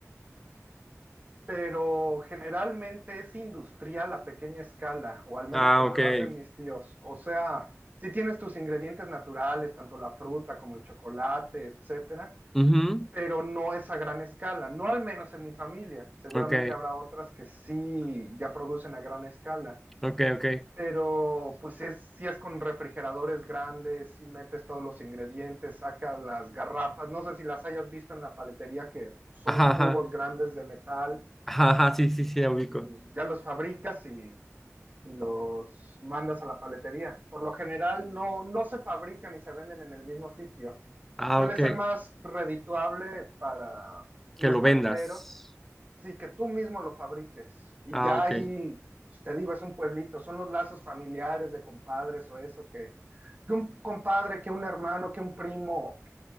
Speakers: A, on the right; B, in the centre.
A: pero generalmente es industrial a pequeña escala, o al menos
B: Ah,
A: como
B: ok.
A: lo hacen mis tíos. O sea, sí tienes tus ingredientes naturales, tanto la fruta como el chocolate, etcétera,
B: Ujú.
A: pero no es a gran escala, no al menos en mi familia. Seguramente
B: Ok,
A: habrá otras que sí ya producen a gran escala.
B: ok, ok.
A: Pero pues es, si es con refrigeradores grandes, si metes todos los ingredientes, sacas las garrafas, no sé si las hayas visto en la paletería que son
B: Ajá,
A: cubos
B: ajá.
A: grandes de metal
B: Ajá, ajá, sí, sí, sí, la ubico.
A: y pues ya los fabricas y, y los mandas a la paletería. Por lo general no, no se fabrican y se venden en el mismo sitio.
B: Ah,
A: Suele
B: ok.
A: ser más redituable para los
B: Que lo
A: paleteros,
B: vendas.
A: sí, que tú mismo lo fabriques. Y
B: Ah,
A: ya
B: ok.
A: ahí, pues te digo, es un pueblito, son los lazos familiares de compadres o eso que, que un compadre, que un hermano, que un primo